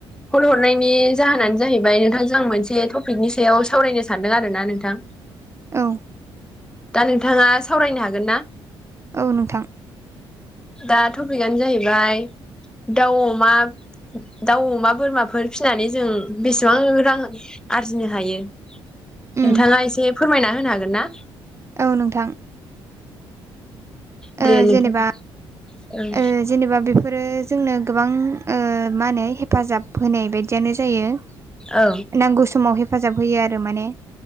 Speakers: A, in the centre; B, on the right (about 20°).
A: कल हरनायनि जाहोनानो जाहैबाय नोंथांजों आं मोनसे टपिकनि सायाव सावरायनो सानदों आरो ना नोंथां।
B: औ
A: दा नोंथाङा सावरायनो हागोन ना
B: औ नोंथां
A: दा टपिकआनो जाहैबाय दाउ अमा दाउ अमा बोरमाफोर फिसिनानै जों बेसेबां रां आरजिनो हायो नोंथाङा
B: उम
A: एसे फोरमायना होनो हागोन ना
B: औ नोंथां।
A: दनो
B: ओ जेनेबा
A: नोंथां ओं
B: ओ जेनेबा बे बेफोरो जोंनो गोबां मा होनो हेफाजाब होनाय बायदियानो जायो।
A: औ
B: नांगौ समाव हेफाजाब होयो आरो माने